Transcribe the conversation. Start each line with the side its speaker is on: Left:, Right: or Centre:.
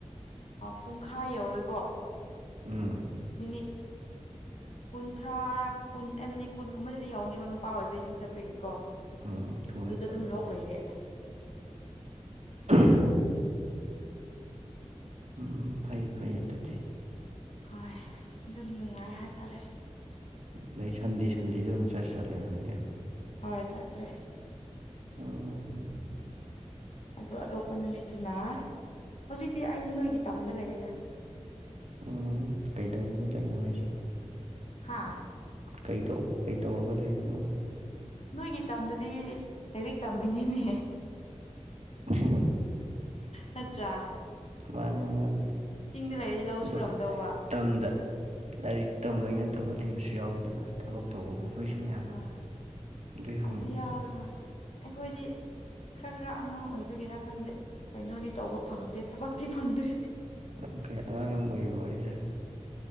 Left: ꯄꯨꯡꯈꯥꯏ ꯌꯧꯔꯣꯏꯀꯣ
Right: ꯎꯝ
Left: ꯃꯤꯅꯤꯠ ꯀꯨꯟꯊ꯭ꯔꯥ ꯀꯨꯟ ꯑꯩ ꯃꯤꯅꯤꯠ ꯀꯨꯟꯒꯨꯝꯕꯗꯗꯤ ꯌꯥꯎꯅꯦꯕ ꯅꯨꯄꯥ ꯑꯣꯏꯕꯩ ꯑꯗꯨꯝ ꯆꯠꯄꯒꯤꯀꯣ
Right: ꯎꯝ ꯊꯨꯅ
Left: ꯑꯗꯨꯗ ꯑꯗꯨꯝ ꯂꯣꯛ ꯂꯩꯔꯦ
Right: ꯑꯥꯍꯝ ꯎꯝ ꯐꯩ ꯐꯩ ꯑꯗꯨꯗꯤ
Left: ꯍꯣꯏ ꯑꯗꯨꯝ ꯅꯨꯡꯉꯥꯏ ꯍꯥꯏꯇꯥꯔꯦ
Right: ꯑꯗꯩ ꯁꯟꯗꯦ ꯁꯟꯗꯦꯁꯨ ꯑꯗꯨꯝ ꯆꯔꯆ ꯆꯠꯂꯦ ꯅꯣꯏꯗꯤ
Left: ꯍꯣꯏ ꯇꯥꯛꯂꯦ
Right: ꯎꯝ
Left: ꯑꯗꯨ ꯑꯇꯣꯞꯄ ꯅꯨꯃꯤꯠꯇꯨꯅ ꯍꯧꯖꯤꯛꯇꯤ ꯑꯩꯁꯨ ꯅꯣꯏꯒꯤ ꯇꯝꯗ ꯂꯩꯌꯦꯗ
Right: ꯎꯝ ꯀꯩꯗꯧ ꯂꯩꯅꯣ ꯍꯥꯏꯁꯦ
Left: ꯍꯥꯥ
Right: ꯀꯩꯇꯧ ꯀꯩ ꯇꯧꯔꯒ ꯂꯩꯅꯣ
Left: ꯅꯣꯏꯒꯤ ꯇꯝꯗꯗꯤ ꯂꯥꯏꯔꯤꯛ ꯇꯝꯃꯤꯅꯤꯅꯦ
Right: <inaudible>
Left: ꯅꯠꯇ꯭ꯔꯥ
Right: ꯃꯥꯅꯤ ꯃꯥꯅꯤ
Left: ꯆꯤꯡꯗ ꯂꯩꯔꯗꯤ ꯂꯧ
Right: ꯑꯗꯣ
Left: ꯁꯨꯔꯝꯗꯧꯕ
Right: ꯇꯝꯗ ꯂꯥꯏꯔꯤꯛ ꯇꯝꯕꯩ ꯅꯠꯇꯕ ꯂꯩꯕꯁꯨ ꯌꯥꯎꯋꯤꯗꯅ ꯊꯕꯛ ꯇꯧꯕ ꯈꯣꯠ ꯑꯩꯈꯣꯏꯁꯨ ꯃꯌꯥꯝ
Left: ꯍꯣꯏ
Right: ꯑꯗꯨꯏ ꯍꯪꯕꯅꯤꯗ
Left: ꯑꯗꯨ ꯌꯥꯎꯋꯦ ꯍꯣꯏ ꯑꯩꯈꯣꯏꯗꯤ ꯈꯔ ꯈꯔ ꯑꯉꯥꯡ ꯑꯣꯏꯕꯒꯤꯔꯥ ꯈꯪꯗꯦ ꯀꯩꯅꯣꯗꯤ ꯇꯧꯕ ꯐꯪꯗꯦ ꯊꯕꯛꯇꯤ ꯐꯪꯗꯦ
Right: <unintelligible> ꯑꯉꯥꯡ ꯌꯥꯝ ꯑꯣꯏꯔꯤꯕ ꯍꯥꯏꯁꯦ